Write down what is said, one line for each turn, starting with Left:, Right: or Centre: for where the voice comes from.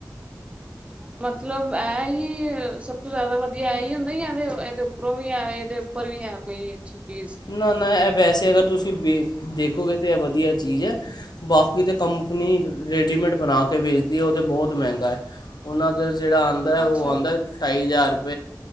Right: ਅੱਛਾ ਮਤਲਬ ਇਹ ਹੀ ਜ਼ਿਆਦਾ ਵਧੀਆ ਇਹ ਹੀ ਹੁੰਦਾ ਯਾ ਇਹਦੇ ਇਹਦੇ ਉੱਪਰੋਂ ਵੀ ਆ ਇਹਦੇ ਉੱਪਰ ਵੀ ਆ ਕੋਈ ਅੱਛੀ ਚੀਜ਼,
Left: ਨਾ ਨਾ ਵੈਸੇ ਅਗਰ ਤੁਸੀਂ ਵੇ ਦੇਖੋਗੇ ਤਾਂ ਇਹ ਵਧੀਆ ਚੀਜ਼ ਹੈ ਬਾਕੀ ਤਾਂ ਕੰਪਨੀ ਰੈਡੀਮੇਡ ਬਣਾ ਕੇ ਵੇਚਦੀ ਹੈ ਉਹ ਤਾਂ ਬਹੁਤ ਮਹਿੰਗਾ ਹੈ ਉਹਨਾਂ ਦਾ ਜਿਹੜਾ ਆਂਦਾ
Right: ਅੱਛਾ,
Left: ਉਹ ਆਂਦਾ ਢਾਈ ਹਜ਼ਾਰ